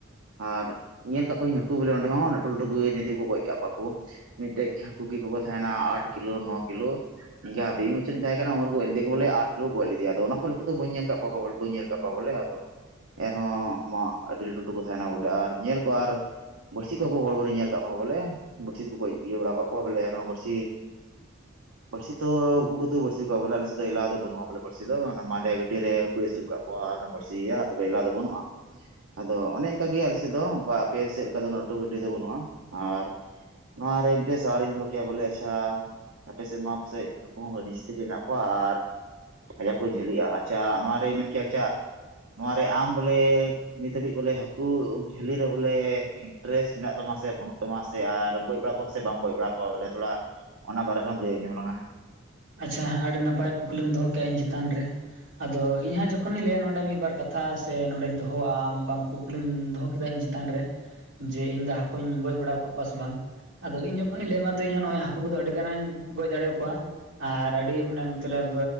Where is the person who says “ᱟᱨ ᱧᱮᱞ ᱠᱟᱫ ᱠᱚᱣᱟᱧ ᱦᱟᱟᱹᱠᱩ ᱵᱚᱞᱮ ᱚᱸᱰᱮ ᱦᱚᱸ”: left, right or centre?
Right